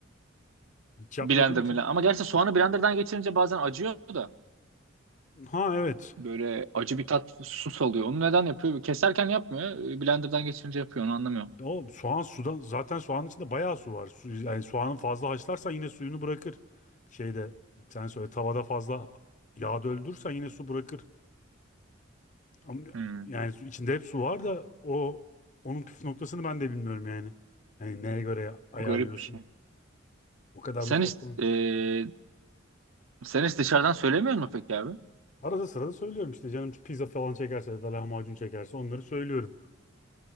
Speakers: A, on the left (about 40°); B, on the right (about 80°).
A: Hiç yapmadığım
B: Blender
A: için.
B: mi? Ama gerçi soğanı blenderdan geçirince bazen acıyor da.
A: Ha evet.
B: Böyle acı bir tat su salıyor. Onu neden yapıyor? Keserken yapmıyor. Ee, Blenderdan geçirince yapıyor. Onu anlamıyorum.
A: O soğan sudan zaten soğanın içinde bayağı su var. Su, yani soğanın fazla haşlarsan yine suyunu bırakır. Şeyde sen söyle tavada fazla yağ döldürürsen yine su bırakır. Ama
B: Hmm.
A: yani su- içinde hep su var da o onun püf noktasını ben de bilmiyorum yani. Hani neye göre ayarlıyorsun?
B: O garip bir şey.
A: O kadar
B: Sen
A: mutfak
B: hiç,
A: konu.
B: e, sen hiç dışarıdan söylemiyor musun peki abi?
A: Arada sırada söylüyorum işte canım pizza falan çekerse ya da lahmacun çekerse onları söylüyorum.